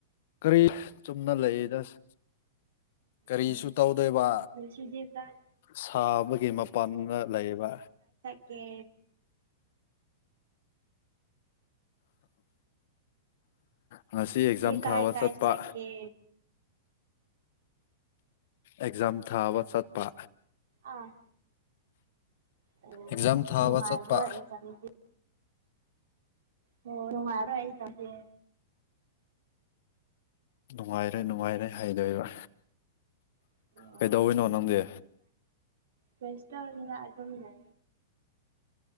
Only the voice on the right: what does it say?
ꯎꯝ
ꯉꯁꯤꯗꯤ ꯀꯥꯏ
ꯀꯦ
ꯀꯥꯏ ꯀꯥꯏ
ꯆꯠꯀꯦ
ꯑꯥ ꯑꯣ
ꯅꯨꯡꯉꯥꯏꯔꯣꯏ
ꯑꯦꯖꯝꯗꯤ ꯍꯨꯃꯔ ꯑ ꯆꯗ
ꯑꯣ
ꯁꯇ ꯑꯗꯝ ꯃ